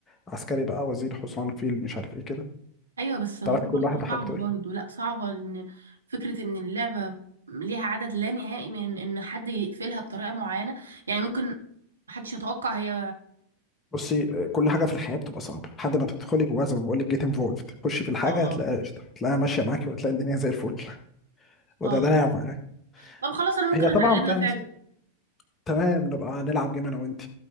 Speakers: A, on the left; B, on the right.
A: عسكري بقى وزير حصان فيل مش عارف ايه كده
B: ايوه بس هو
A: تعرفي
B: برضو
A: كل واحد حاجته
B: صعبه برضو
A: ايه
B: لا صعبه لان فكره ان اللعبه ليها عدد لا نهائي من ان حد يقفلها بطريقه معينه يعني ممكن محدش يتوقع هي
A: بصي آه، كل حاجة في الحياة بتبقى صعبة لحد ما تدخلي جواها زي ما بقول لك جيت انفولفد تخشي في الحاجة
B: اه
A: هتلاقيها قشطة هتلاقيها ماشية معاكي وهتلاقي الدنيا زي الفل <laughs> وده
B: اه
A: ده لعب معاك
B: طب خلاص انا ممكن
A: هي
B: اتعلمها
A: طبعا فيها
B: فعلا
A: ناس تمام نبقى نلعب جيم انا وانت